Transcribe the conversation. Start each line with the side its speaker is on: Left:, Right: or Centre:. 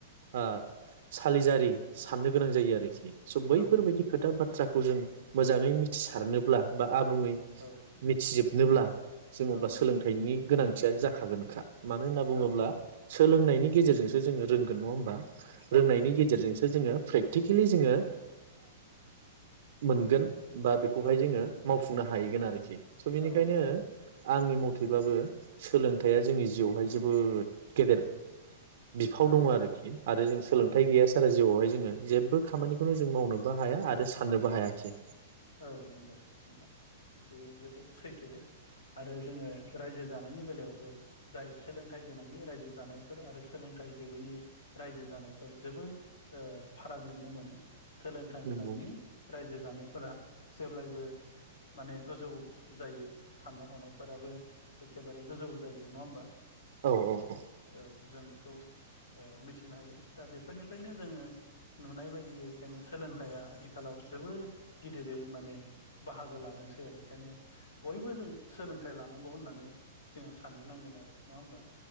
Right: ओ सालिजारि साननो गोनां जायो आरोखि स' बैफोरबायदि
Left: औ नंगौ
Right: खोथा बाथ्राखौ जों मोजाङै मिथिसारनोब्ला बा आबुङै
Left: औ
Right: मिथिजोबनोब्ला जोङो
Left: औ
Right: अब्ला
Left: नंगौ
Right: सोलोंथाइनि गोनांथिया जाखागोनखा मानो होनना बुङोब्ला
Left: औ
Right: सोलोंनायनि गेजेरजोंसो जोङो रोंगोन नङा होनोमबा? रोंनायनि
Left: औ नंगौ
Right: गेजेरजोंसो जोङो प्रेक प्रेक्टिकेलि जोङो ओ मोनगोन बा बेखौहाय
Left: औ
Right: जोङो मावफुंनो हायो। हाहैगोन आरोखि। स' बिनिखायनो
Left: औ
Right: आंनि मथेबाबो सोलोंथाइया
Left: औ
Right: जोंनि जिउआवहाय जोब बोद गेदेर बिफाव
Left: औ
Right: दङ आरोखि आरो जों सोलोंथाइ
Left: औ
Right: गैया सारा जिउआवहाय जोङो जेबो खामानिखौनो जों मावनोबो हाया आरो साननोबो हाया। <unintelligible>
Left: औ नंगौ नोंथां बेयो जोबोद सैथो। आरो जोङो रायजो जानायनि बेलायावबो जाय सोलोंथाइ गोनांनि रायजो जानायफोर आरो सोलोंथाइ गैयैनि रायजो जानायफोर जोबोद फाराग नुनो मोनो। सोलोंथाइ गोनांनि
Right: नंगौ।
Left: रायजो जो जानायफोरा जेब्लायबो माने गोजौ जायो साननाय हनायफोराबो एखेबारे गोजौ जायो नङा होमबा।
Right: औ औ औ।
Left: औ जों बेखौ ओ मिथिनो हायो दा बेफोरनिफ्रायनो जोङो नुनाय बायदियै बेखायनो सोलोंथाइया आथिखालाव जोबोद गिदिर। बै माने बाहागो लादोंसै आरो बेखायनो बयबो जों सोलोंथाइ लानांगौ होननानै जोङो साननो नांगोन आरो नङा होमबा।